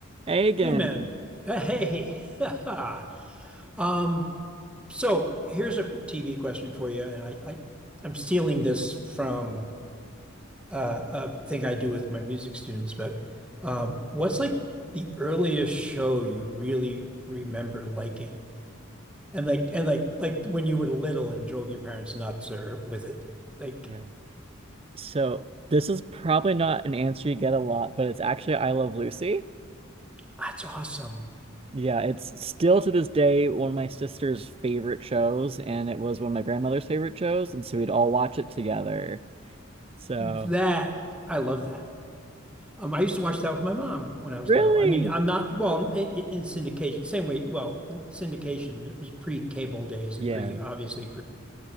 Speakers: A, on the right; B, in the centre.
A: Hey again.
B: Hey man. Uh, Hey. <laughs> Um, so here's a qu- TV question for you, and I, I I'm stealing this from uh, a thing I do with my music students, but um, what's like the earliest show you really remember liking? And like and like like when you were little and drove your parents nuts or with it like
A: Yeah. So this is probably not an answer you get a lot, but it's actually I Love Lucy.
B: that's awesome.
A: Yeah, it's still to this day one of my sister's favorite shows, and it was one of my grandmother's favorite shows, and so we'd all watch it together. So
B: That I love that. Um, I used to watch that with my mom when I was
A: really?
B: little. I mean, I'm not, well, in, in syndication, same way, well, syndication, it was pre-cable days
A: Yeah,
B: and pre, obviously